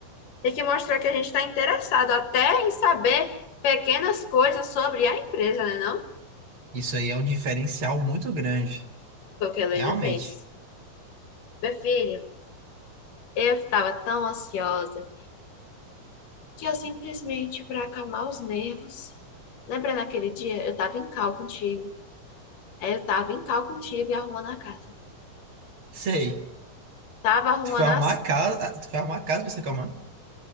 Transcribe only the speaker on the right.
Isso aí é um diferencial muito grande,
realmente.
Sei.
Tu foi arrumar
a casa, ah, tu foi arrumar a casa pra você calmar.